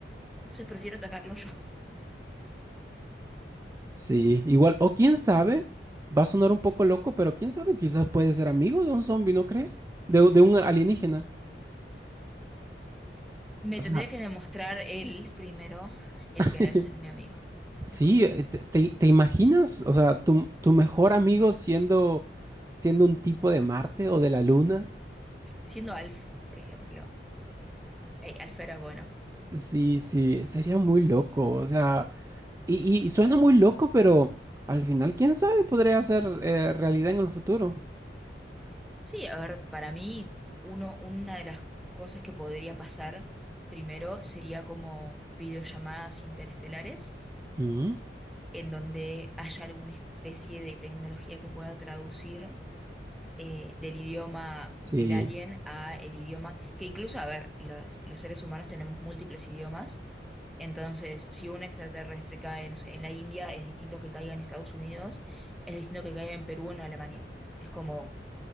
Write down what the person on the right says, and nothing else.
Sí, igual, o quién sabe, va a sonar un poco loco, pero quién sabe, quizás puede ser amigo de un zombie, ¿no crees? De, de un alienígena.
O sea,
<laughs>
sí,
eh, te, te- te imaginas? O sea, tu, tu mejor amigo siendo, siendo un tipo de Marte o de la Luna.
Sí, sí, sería muy loco. O sea, y, y- y suena muy loco, pero al final, quién sabe, podría ser eh, realidad en el futuro.
Ujú.
Sí,